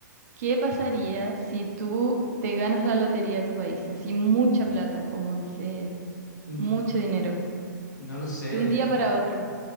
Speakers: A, on the right (about 55°); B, on the left (about 70°).
A: ¿Qué pasaría si tú te ganas la lotería de tu país? Así mucha plata, como no sé,
B: Mm,
A: mucho dinero,
B: No lo sé,
A: de un día
B: ¿eh?
A: para otro.